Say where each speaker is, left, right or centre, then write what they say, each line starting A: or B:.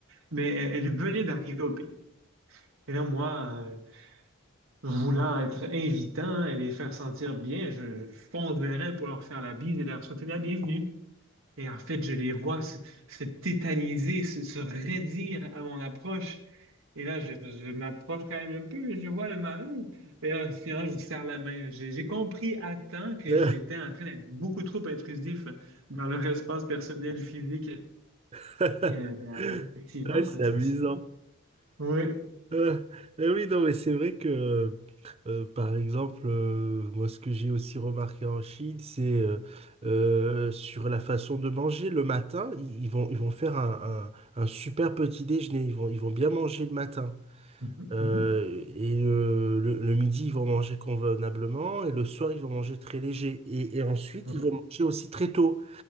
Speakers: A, on the right (about 60°); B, on the right (about 25°).
A: mais elles elles venaient d'arriver au pays. Et là, moi, euh, voulant être invitant et les faire sentir bien, je, je fonds de verre pour leur faire la bise et leur souhaiter la bienvenue. Et en fait, je les vois se, se tétaniser, se, se raidir à mon approche. Et là, je, je m'approche quand même un peu, mais je vois le malaise. Et là, finalement, je serre la main. J'ai, j'ai compris à temps que
B: Euh,
A: j'étais en train d'être beaucoup trop intrusif dans leur espace personnel physique.
B: <laughs>
A: Et ben, effectivement,
B: Ouais,
A: ça,
B: c'est
A: c'est
B: amusant.
A: ça. Oui.
B: Euh, eh oui, non, mais c'est vrai que, euh, euh, par exemple, euh, moi, ce que j'ai aussi remarqué en Chine, c'est euh, euh, sur la façon de manger. Le matin, ils, ils vont, ils vont faire un, un- un super petit déjeuner. Ils vont, ils vont bien manger le matin.
A: Mhm,
B: Euh,
A: mhm,
B: et le, le- le midi, ils vont manger convenablement. Et le soir, ils vont manger très léger. Et, et ensuite,
A: ouais.
B: ils vont manger aussi très tôt.